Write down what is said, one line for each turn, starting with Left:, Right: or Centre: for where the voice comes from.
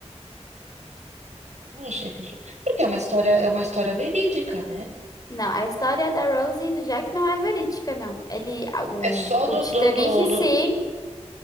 Right: Eu achei que... Porque é uma história, é uma história verídica, né?
Left: Não, a história da Rose e do Jack não é verídica, não. Ele, a- o,
Right: É só
Left: o
Right: do,
Left: Titanic,
Right: do, do,
Left: sim.
Right: do...